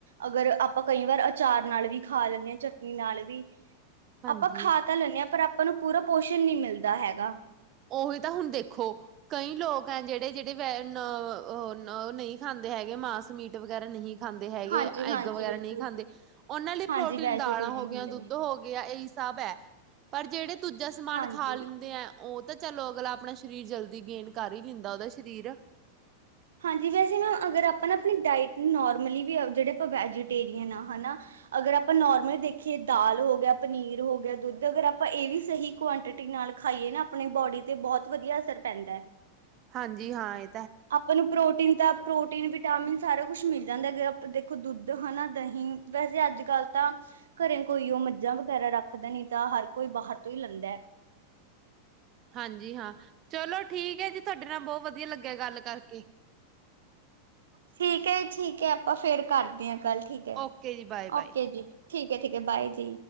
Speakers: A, on the right; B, on the right.
A: ਅਗਰ ਆਪਾਂ ਕਈ ਵਰ ਅਚਾਰ ਨਾਲ ਵੀ ਖਾ ਲੈਣੇ ਆ ਚਟਨੀ ਨਾਲ ਵੀ
B: ਹਾਂਜੀ
A: ਅਪਾਂ ਖਾ ਤਾਂ ਲੈਂਨੇ ਆ ਪਰ ਅਪ ਆਪਾਂ ਨੂੰ ਪੂਰਾ ਪੋਸ਼ਣ ਨੀ ਮਿਲਦਾ ਹੈਗਾ।
B: ਉਹੀ ਤਾਂ ਹੁਣ ਦੇਖ ਖੋ ਕਈ ਲੋਕ ਹ ਜੇੜੇ ਜੇੜੇ ਵ ਨ ਓ ਓ ਓ ਉਹ ਉਹ ਨਹੀਂ ਖਾਂਦੇ ਹੈਗੇ ਮਾਸ ਮੀਟ ਵਗੈਰਾ ਨਹੀਂ ਖ ਖਾਂਦੇ ਹੈਗੇ
A: ਹਾਂਜੀ
B: ਏ
A: ਹਾਂਜੀ
B: ਐਗ ਵਗੈਰਾ
A: ਬਿਲਕੁਲ
B: ਨਹੀਂ ਖਾਂਦੇ ਉਹਨਾਂ ਲਈ
A: ਹਾਂਜੀ
B: ਪ੍ਰੋਟੀਨ
A: ਵੈਜੀਟੇਰੀਅਨ
B: ਦਾਲਾਂ ਹੋ ਗਿਆ
A: ਹੁੰਦੇ
B: ਦੁੱਧ
A: ਨੇ
B: ਹੋ ਗਿਆ ਏਈ ਸਭ ਅ ਪਰ ਜਿੜੇ ਦੂਜਾ ਸਮਾਨ
A: ਹਾਂਜੀ।
B: ਖਾ ਲਿੰਦੇਏ- ਔ ਤਾਂ ਚਲੋ ਅਗਲਾ ਅਪਣਾ ਸਰੀਰ ਜਲਦ ਦੀ ਗੇਨ ਕਰ ਈ ਲਿੰਦਾ ਉਹਦਾ ਸ਼ ਤੀਦੀਰ।
A: ਹਾਂਜੀ ਵੈਸੇ ਨਾ ਅਗਰ ਅਪਾ ਨਾ ਅ ਪਣੀ ਡਾਇਟ ਨੂੰ ਨੋਰਮਲੀ ਵੀ ਅ ਜੇੜੇ ਅਪਾ ਵੇਂਜੀਟੇਰੀਅਨ ਆ ਹਨਾਂ ਅਗਰ ਅਪਾ ਨੌਰਮਲ ਦੇਖੀਏ ਦਾਲ ਹੋ ਗਿਆ ਪਨੀਰ ਹੋਗਿਆ ਦੁੱਧ ਅਗਰ ਅਪਾ ਏ ਵੀ ਸਹੀ ਕੂਆਨਟਟੀ ਨਾਲ ਖਾਇਏ ਨਾ ਅਪਣੇ ਬੋਡੀ ਤੇ ਬਹੁਤ ਵਧੀਆ ਅਸਰ ਪੈਂਦਾ।
B: ਹਾਂਜੀ ਹਾਂ ਏ।
A: ਆਪਾਂ ਨੂੰ ਪ੍ਰੋਟੀਨ ਤਾਂ ਪ੍ਰੋਟੀਨ ਵਿਟਾਮਿਨ ਸਾਰਾ ਕੁਛ ਮਿਲ ਜਾਂਦਾ ਦੇ ਦੇਖੋ ਦੁੱਧ ਹਨਾ ਦਹੀਂ ਵੈਸੇ ਅੱਜ ਕੱਲ ਤਾਂ ਘਰੇ ਕੋਈ ਉਹ ਮੱਝਾਂ ਵਗੈਰਾ ਰੱਖਦਾ ਨੀ ਤਾਂ ਹਰ ਕੋਈ ਬਾਹਰ ਤੋਂ ਈ ਲੈਂਦਾ।
B: ਹਾਂਜੀ ਹਾਂ। ਚਲੋ ਠੀਕ ਐ ਜੀ ਤੁਆਡੇ ਨਾਲ ਬੋ ਵਧੀਆ ਲੱਗਿਆ ਗੱਲ ਕਰਕੇ।
A: ਠੀਕ ਐ ਜ ਠੀਕ ਐ ਅਪਾਂ ਫੇਰ ਕਰਦੇ ਆ। ਗੱਲ ਠੀਕ ਐ।
B: ਓਕੇ ਜੀ ਬਾਏ ਬਾਏ
A: ਓਕੇ ਜੀ। ਠੀਕ ਹੈ ਠੀਕ ਹੈ ਬਾਏ ਜੀ।